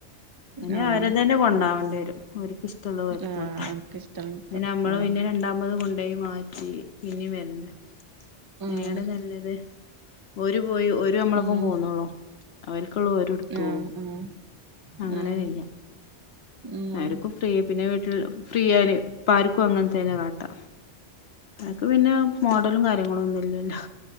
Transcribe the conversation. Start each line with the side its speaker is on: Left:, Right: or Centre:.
Left: അന
Right: ആഹ്
Left: അവരെ തന്നെ കൊണ്ടകേണ്ടി വരും ഒ ഇഷ്ടമുള്ളത്തോട്ട്
Right: ആഹ് അവർക്ക്
Left: പിന്നെ
Right: ഇഷ്ടള്ള
Left: നമ്മള്
Right: ആഹ്
Left: പിന്നെ രണ്ടാമത് കൊ ഇടൈ മാച്ചി ഇനിും എന്ത
Right: ഉം
Left: അനെയാണ് നല്ലത് ഒരു പോയി ഒരു നമ്മളൊപ്പം
Right: ഉം
Left: പോന്നോളോ അവർക്കുള്ളൂ ര എടുത്തോളും
Right: ആഹ് ആഹ്
Left: അങ്ങനെ
Right: ആഹ്
Left: ക്യാം
Right: ഉം
Left: ആർക്കും ഫ്രീ പിന്നെ വീട്ടിൽ ഫ്രീ ആ ഇപ്പ ആർക്കും അങ്ങനത്തെ തന്നെ കാ അനക്ക് പിന്നെ മോഡലും കാര്യങ്ങളും ഒന്നുമല്ലല്ലോ